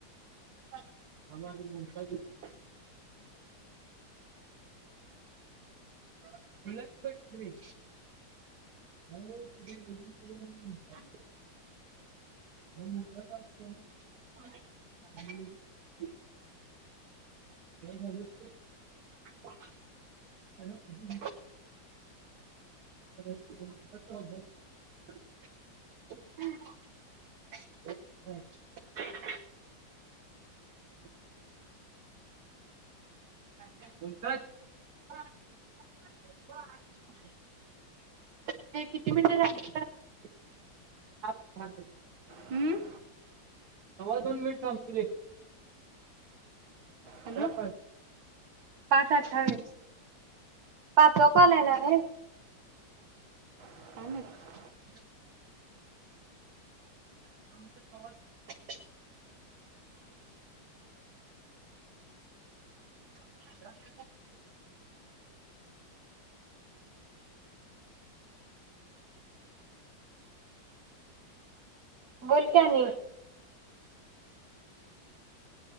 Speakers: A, on the right; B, on the right.
A: <unintelligible> <unintelligible> <unintelligible> <unintelligible> <unintelligible> किती मिनट झाली. <unintelligible>
B: हं?
A: सवा दोन मिनिट थांबतीले.
B: हॅलो
A: <unintelligible> पाच अठ्ठावीस, पाचवा कॉल येणारय?
B: काय माहित
A: <inaudible> <unintelligible> <unintelligible> बोल की आनी.